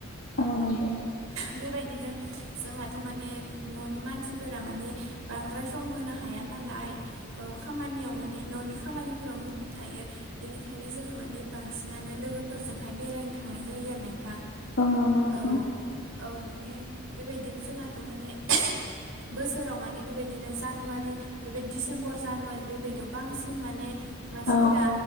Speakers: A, on the left; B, on the right.
A: औ नंगौ।
B: बेबायदिनो जोंहाथ' माने न'नि मानसिफोरा माने बांद्राय सम होनो हाया नालाय औ खामानियाव माने न'नि खामानिफोराव मुखुब थायो। बेनिखायनो जोङो माने बांसिनानो लोगोफोरजोंहाय बेरायनो थांनाय जायो आरो नोंथां।
A: औ नंगौ। नोंथां
B: औ औ माने बेबायदिनो जोंहाथ' माने <unintelligible> बोसोराव माने बेबायदिनो जानुवारि बेबे डिसेम्बर जानुवारि बेबायदियाव बांसिन माने मानसिफोरा
A: औ